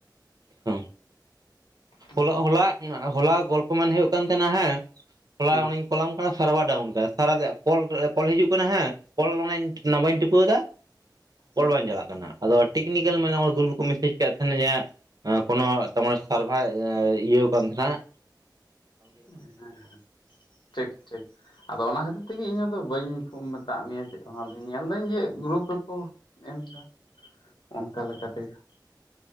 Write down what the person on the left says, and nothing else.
ᱦᱮᱸ
ᱦᱮᱸ
ᱦᱮᱸ
ᱦᱮᱸ ᱦᱮᱸ ᱴᱷᱤᱠ ᱴᱷᱤᱠ᱾ ᱟᱫᱚ ᱚᱱᱟ ᱠᱷᱟᱹᱛᱤᱨ ᱛᱮᱜᱮ ᱤᱧ ᱫᱚ ᱵᱟᱹᱧ ᱢᱮᱛᱟᱫ ᱢᱮᱭᱟ ᱡᱮ ᱪᱮᱜ ᱦᱚᱸ ᱟᱫᱚ ᱧᱮᱞᱫᱟᱹᱧ ᱡᱮ ᱜᱨᱩᱯ ᱨᱮᱠᱚ ᱮᱢᱫᱟ ᱚᱝᱠᱟ ᱞᱮᱠᱟ ᱛᱮᱜᱮ᱾